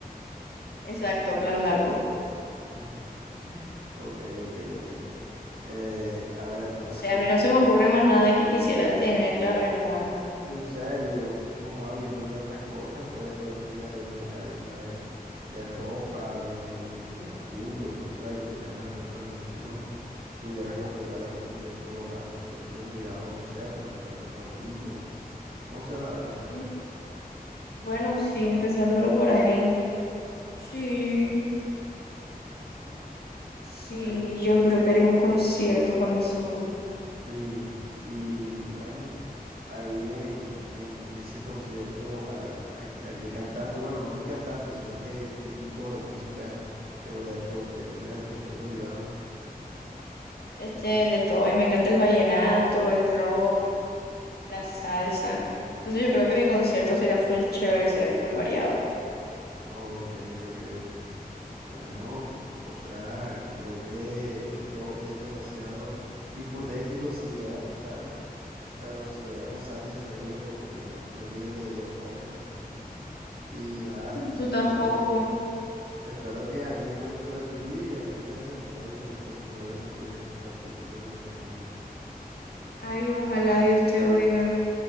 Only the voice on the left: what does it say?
Exacto, plan narco.
No sé,
a mí no se me ocurre más nada que quisiera tener, la verdad.
Mm, Bueno, sí, pensándolo por ahí. Sí, sí,
yo creo que haría un concierto para mí sola.
Este, de todo, y me encanta el vallenato, el rock, la salsa.
Entonces yo creo que mi concierto sería full chévere, sería full variado.
Tú
tampoco.
Ay, ojalá Dios te oiga.